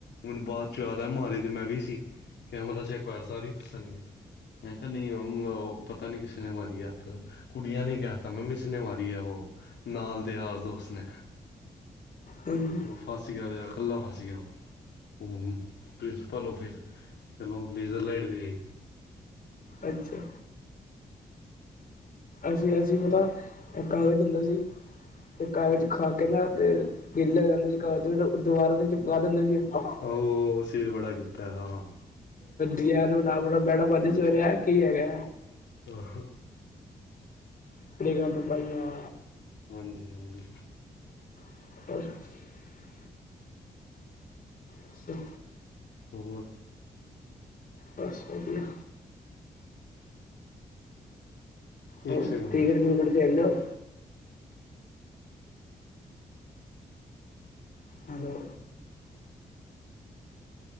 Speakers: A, on the left (about 75°); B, on the left (about 50°).
A: ਮੈਨੂੰ ਬਾਅਦ ਚ ਯਾਦ ਆਈਆ ਮਾਰੀ ਤੇ ਮੈਂ ਵੀ ਸੀ। ਕੈਮਰਾ ਚੈੱਕ ਹੋਇਆ ਸਾਰੀ ਫਸਣਗੇ। ਮੈਂ ਕਿਹਾ ਨਹੀਂ ਪਤਾ ਨਹੀਂ ਕਿਸੇ ਨੇ ਮਾਰੀ ਆਪ ਫਿਰ ਕੁੜੀਆਂ ਨਹੀਂ ਕਹਿ ਤਾ ਮੈਮ ਇਸ ਨੇ ਮਾਰੀ। ਵੀ ਉਹੋ ਨਾਲ ਦੇ ਯਾਰ ਦੋਸਤ ਨੇ।
B: ਹਾਂਜੀ
A: ਫਸ ਗਿਆ ਬੇਚਾਰਾ ਇਕੱਲਾ ਫਸ ਗਿਆ। ਉਹ ਪ੍ਰਿੰਸੀਪਲ ਔਫਿਸ ਚਲੋ ਲੇਜ਼ਰ ਲਾਈਟ ਵੀ ਆਈ।
B: ਅੱਛਾ ਅਸੀਂ-ਅਸੀਂ ਪਤਾ ਕਾਗਜ਼ ਹੁੰਦੇ ਸੀ, ਤੇ ਕਾਗਜ਼ ਖਾ ਕੇ ਨਾ ਤੇ ਕਿ ਲਿਆ ਜਾਂਦਾ ਸੀ ਕਾਗ਼ਜ਼ ਜਦੋਂ ਉਹ ਦੁਬਾਰਾ ਤੋਂ ਚਿਪਕਾ ਦਿੰਦੇ ਸੀ। ਆਪਾਂ
A: ਆਹ ਅਸੀਂ ਵੀ ਬੜਾ ਕੀਤਾ ਹਾਂ।
B: ਯਾਰ <unintelligible> ਬੈਠ ਵਦੀ ਸਵੇਰੇ ਆ ਕੀ ਹੈਗਾ।
A: <unintelligible>
B: ਕਿਹੜੀ ਗੱਲ ਭਾਈਆ
A: ਹਾਂਜੀ-ਹਾਂਜੀ
B: <unintelligible> ਅੱਛਾ
A: ਹੋਰ
B: ਬਸ ਵਧੀਆ। ਹੁਣ
A: ਇੱਕ ਸੈਕਿੰਡ
B: ਕ੍ਰਿਕਟ ਕਰੂਕਟ ਕਟ ਖੇਡਦੇ ਹੋ? Hello